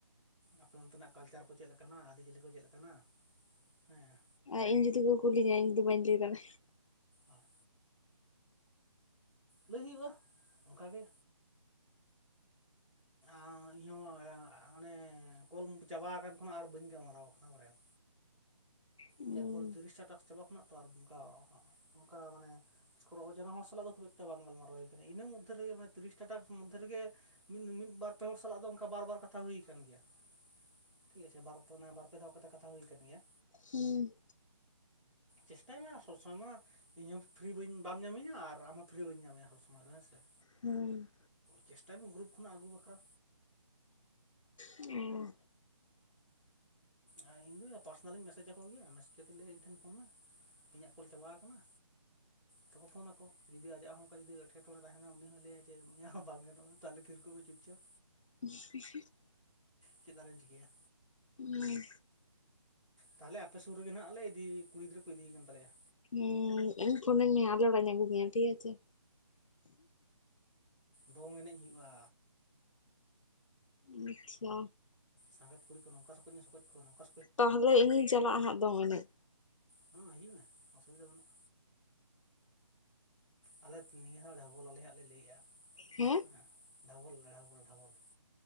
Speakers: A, in the centre; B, on the left (about 70°).
A: ᱟᱯᱮ ᱚᱱᱛᱮᱱᱟᱜ ᱠᱟᱞᱪᱟᱨ ᱠᱚ ᱪᱮᱫ ᱞᱮᱠᱟᱱᱟ, ᱟᱹᱨᱤᱪᱟᱹᱞᱤ ᱠᱚ ᱪᱮᱫ ᱞᱮᱠᱟᱱᱟ? ᱦᱮᱸ᱾
B: ᱟᱨ ᱤᱧ ᱡᱩᱫᱤ ᱠᱚ ᱠᱩᱞᱤᱧᱟ ᱤᱧ ᱫᱚ ᱵᱟᱹᱧ ᱞᱟᱹᱭ <unintelligible>
A: ᱚᱷ, ᱞᱟᱹᱭ ᱦᱩᱭᱩᱜᱼᱟ ᱚᱱᱠᱟᱜ ᱜᱮ᱾ ᱟᱸ ᱤᱧᱦᱚᱸ ᱚᱱᱮ ᱠᱚᱞ ᱪᱟᱵᱟ ᱟᱠᱟᱱ ᱠᱷᱚᱱᱟᱜ ᱟᱨ ᱵᱟᱹᱧ ᱜᱟᱞᱢᱟᱨᱟᱣ ᱟᱠᱟᱱᱟ ᱵᱟᱲᱟᱹᱭ ᱟᱢ,
B: ᱦᱩᱸ
A: ᱤᱧᱟᱹᱜ ᱠᱚᱞ ᱛᱤᱨᱤᱥᱴᱟ ᱴᱟᱠᱥ ᱪᱟᱵᱟ ᱠᱷᱚᱱᱟᱜ ᱛᱚ ᱟᱨ ᱚᱱᱠᱟ, ᱚᱱᱠᱟ ᱢᱟᱱᱮ ᱚ ᱡᱟᱱᱟ ᱦᱚᱲ ᱥᱟᱞᱟᱜ ᱫᱚ ᱠᱷᱩᱵ ᱮᱠᱴᱟ ᱵᱟᱝ ᱜᱟᱞᱟᱨᱟᱣ ᱦᱩᱭ ᱠᱟᱱᱟ, ᱤᱱᱟᱹ ᱢᱚᱫᱷᱮ ᱨᱮᱜᱮ ᱢᱟᱱᱮ ᱛᱤᱨᱤᱥ ᱴᱟ ᱴᱟᱠᱥ ᱢᱚᱫᱽᱫᱷᱮ ᱨᱮᱜᱮ ᱢᱤᱫ ᱢᱤᱫ ᱵᱟᱨ, ᱯᱮ ᱦᱚᱲ ᱥᱟᱞᱟᱜ ᱫᱚ ᱚᱱᱠᱟ ᱵᱟᱨ ᱵᱟᱨ ᱠᱟᱛᱷᱟ ᱦᱩᱭ ᱟᱠᱟᱱ ᱜᱮᱭᱟ, ᱴᱷᱤᱠ ᱟᱪᱷᱮ, <unintelligible> ᱵᱟᱨ, ᱯᱮ ᱫᱷᱟᱣ ᱠᱟᱛᱮ ᱠᱟᱛᱷᱟ ᱦᱩᱭ ᱠᱟᱱ ᱜᱮᱭᱟ,
B: ᱦᱩᱸ᱾
A: ᱪᱮᱥᱴᱟᱭ ᱢᱮ, ᱟᱨ ᱥᱚᱵ ᱥᱚᱢᱚᱭ ᱢᱟ ᱤᱧᱦᱚᱸ ᱯᱷᱨᱤ ᱵᱟᱹᱧ, ᱵᱟᱢ ᱧᱟᱢᱤᱧᱟ ᱟᱨ ᱟᱢᱦᱚᱸ ᱯᱷᱨᱤ ᱵᱟᱹᱧ ᱧᱟᱢ ᱢᱮᱭᱟ ᱥᱚᱵ ᱥᱚᱢᱚᱭ ᱫᱚ ᱦᱮᱸ ᱥᱮ,
B: ᱦᱩᱸ᱾
A: ᱪᱮᱥᱴᱟᱭ ᱢᱮ ᱜᱨᱩᱯ ᱠᱷᱚᱱᱟᱜ ᱟᱹᱜᱩ ᱵᱟᱠᱷᱨᱟ᱾
B: ᱚᱻ᱾
A: ᱟ ᱤᱧᱫᱚ ᱯᱟᱨᱥᱚᱱᱟᱞᱤᱧ ᱢᱮᱥᱮᱡ ᱟᱠᱚ ᱜᱮᱭᱟ, ᱢᱮᱥᱮᱡ ᱠᱟᱛᱮ ᱤᱧ ᱞᱟᱹᱭᱼᱟ ᱤᱧ ᱴᱷᱮᱱ ᱯᱷᱳᱱ ᱢᱮ᱾ ᱤᱧᱟᱹᱜ ᱠᱚᱞ ᱪᱟᱵᱟ ᱟᱠᱟᱱᱟ᱾ ᱛᱚ ᱛᱷᱚᱱ ᱟᱠᱚ ᱡᱩᱫᱤ ᱟᱡᱟᱜ ᱦᱚᱸ ᱚᱝᱠᱟ ᱡᱩᱫᱤ ᱮᱴᱠᱮᱴᱚᱬᱮ ᱛᱟᱦᱮᱱᱟ ᱩᱱᱤ ᱦᱚᱸᱭ ᱞᱟᱹᱭᱟ ᱡᱮ ᱩᱱᱤᱭᱟᱜ ᱦᱚᱸ ᱵᱟᱝ ᱜᱟᱱᱚᱜᱼᱟ᱾ ᱛᱟᱦᱞᱮ ᱛᱷᱤᱨ ᱠᱟᱜ ᱢᱮ ᱪᱩᱯᱼᱪᱟᱯ᱾
B: <inaudible>
A: ᱪᱤᱜ ᱫᱟᱨᱮᱧ ᱪᱤᱠᱟᱹᱭᱟ?
B: ᱩᱸ᱾
A: ᱛᱟᱦᱚᱞᱮ ᱟᱯᱮ ᱥᱩᱨ ᱨᱮᱜᱮ ᱱᱟᱜ ᱟᱞᱮ ᱤᱫᱤ ᱠᱩᱲᱤ ᱜᱤᱫᱽᱨᱟᱹ ᱠᱚ ᱤᱫᱤᱭ ᱠᱟᱱ ᱛᱟᱞᱮᱭᱟ᱾
B: ᱩᱸ, ᱤᱧ ᱯᱷᱳᱱ ᱟᱹᱧ ᱢᱮ ᱟᱞᱮ ᱚᱲᱟᱧ ᱟᱜᱩ ᱢᱮᱭᱟ ᱴᱷᱤᱜ ᱟᱪᱮ᱾
A: ᱫᱚᱝ ᱮᱱᱮᱡ ᱦᱩᱭᱩᱜᱼᱟ᱾
B: ᱩᱸᱪᱪᱷᱟ᱾
A: ᱥᱟᱸᱜᱟᱛ ᱠᱩᱲᱤ ᱠᱚ ᱱᱚᱝᱠᱟ ᱥᱚᱠᱚᱡᱽ ᱤᱧ ᱥᱚᱠᱚᱡ ᱠᱚᱣᱟ ᱱᱚᱝᱠᱟ
B: ᱛᱟᱦᱚᱞᱮ ᱤᱧᱤᱧ ᱪᱟᱞᱟᱜᱼᱟ ᱦᱟᱸᱜ ᱫᱚᱝ ᱮᱱᱮᱡ᱾
A: ᱦᱚᱸ ᱦᱤᱡᱩᱜ ᱢᱮ, ᱚᱥᱩᱵᱤᱫᱟ ᱵᱟᱹᱱᱩᱜ᱾ ᱟᱞᱮ ᱯᱩᱱᱭᱟᱹ ᱦᱚᱸ ᱰᱷᱟᱵᱚᱞ ᱟᱞᱮ ᱦᱟᱸᱜ ᱞᱮ ᱞᱟᱹᱭ ᱮᱼᱟ᱾
B: ᱦᱩᱸ᱾
A: ᱮᱸ ᱫᱷᱟᱵᱚᱞ, ᱫᱷᱟᱵᱚᱞ, ᱫᱷᱟᱵᱚᱞ᱾